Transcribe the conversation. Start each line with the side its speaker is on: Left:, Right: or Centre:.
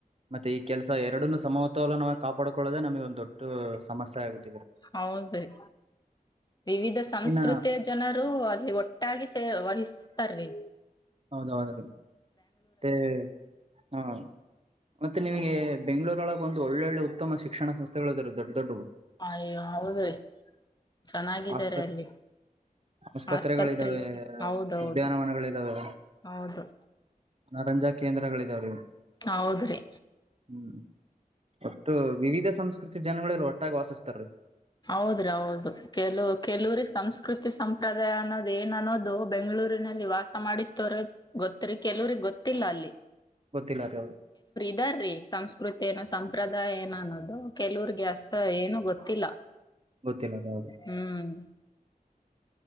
Right: ಮತ್ತೆ ಈ ಕೆಲಸ ಎರಡನ್ನ್ನೂ ಸಮತೋಲ ನ ಕಾಪಾಡ್ಕೊಳ್ಳೋದೆೇ ನಮಗೆ ಒಂದ ದೊಡ್ಡ ಸಮಸ್ಯೆ ಆಗುತ್ತೆ
Left: ಹೌದರಿ ವಿವಿಧ ಸಂಸ್ಕೃತಿಯ
Right: ಇನ್ನ
Left: ಜನರು ಅಲ್ಲಿ ಒಟ್ಟಾಗಿ ವಹಿಸ್ತಾರೀ
Right: ಹೌದೌದ್ರಿ ಮತ್ತೆ ಹಾ ಮತ್ತೆ ನಿಮಗೆ ಬೆಂಗಳೂರು ನಲ್ಲಿ ಒಂದು ಒಳ್ಳೊಳ್ಳೆ ಉತ್ತಮ ಶಿಕ್ಷಣ ಸಂಸ್ಥೆಗಳು ಇದಾವೆ ರಿ ದೊಡ್ಡ ದೊಡ್ಡ
Left: ಅಯೋ ಹೌದೇ ಚೆನ್ನಾಗಿದ್ದಾರೆ
Right: ಆಸ್ಪತ್
Left: ಅಲ್ಲಿ
Right: ಆಸ್ಪತ್ರೆಗಳಿದಾವೆ
Left: ಆಸ್ಪತ್ರೆಗೆ ಹೌದೌದು
Right: ಉದ್ಯಾನವನಗಳಿದಾವೆ
Left: ಹೌದು
Right: ಮನರಂಜಾ ಕೇಂದ್ರಗಳಿದಾವ್ರಿ
Left: ಹೌದ್ರಿ
Right: ಹ್ಮ್ ಒಟ್ಟು ವಿವಿಧ ಸಂಸ್ಕೃತಿ ಜನಗಳೆಲ್ಲ ಒಟ್ಟಾಗಿ ವಾಸಿಸ್ತಾರೀ
Left: ಹೌದ್ರೀ ಹೌದು ಕೆಲವು ಕೆಲವರಿಗೆ ಸಂಸ್ಕೃತಿ ಸಂಪ್ರದಾಯ ಅನ್ನೋದ ಏನ್ ಅನ್ನೋದು ಅದು ಬೆಂಗಳೂರಿನಲ್ಲಿ ವಾಸಮಾಡಿದ್ದವರಿಗೆ <unintelligible> ಗೊತ್ತರಿ ಕೆಲವರಿಗೆ ಗೊತ್ತ ಗೊತ್ತಿಲ್ಲ ಅಲ್ಲಿ
Right: ಗೊತ್ತಿಲ್ಲಾರಿ ಅವರು
Left: ಇದಾರ ರಿ ಸಂಸ್ಕೃತಿ ಸಂಸ್ಕೃತಿ ಏನ್ ಸಂಪ್ರದಾಯ ಏನ್ ನಾನದು ಕೆಲವರೆಗೆ ಅಷ್ಟು ಏನು ಗೊತ್ತ ಗೊತ್ತಿಲ್ಲ
Right: ಗೊತ್ತಿಲ್ಲ ಅದ ಯಾವದು
Left: ಹ್ಮ್